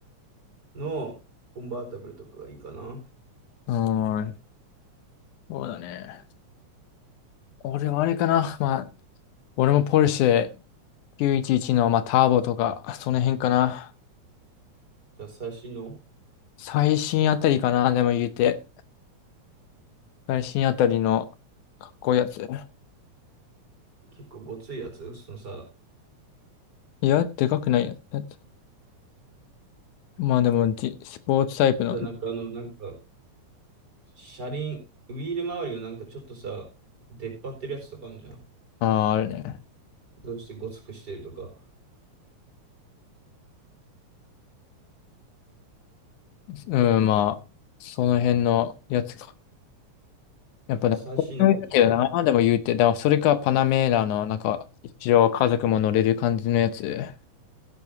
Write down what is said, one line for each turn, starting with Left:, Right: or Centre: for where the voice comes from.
Right: のコンバータブルとかがいいかな。
Left: ーん、そうだね。俺はあれかな。まあ、俺もポルシェ911の、まあ、ターボとか、その辺かな。
Right: じゃあ最新の
Left: 最新あたりかな、でも言うて。最新あたりのかっこいいやつ。
Right: 結構ごついやつ、そのさ、
Left: いや、でかくないやつ。まあでも、じ、スポーツタイプの、
Right: じゃあなんかあの、なんか、車輪、ウィール周りをなんかちょっとさ、出っ張ってるやつとかあるじゃん。
Left: ああ、あるね。
Right: どうしてごつくしてるとか、
Left: うん、まあ、その辺のやつか。やっぱでも、
Right: 最新のポジか。
Left: こっちだけどな、でも言うて。だからそれかパナメーラの、なんか、一応家族も乗れる感じのやつ。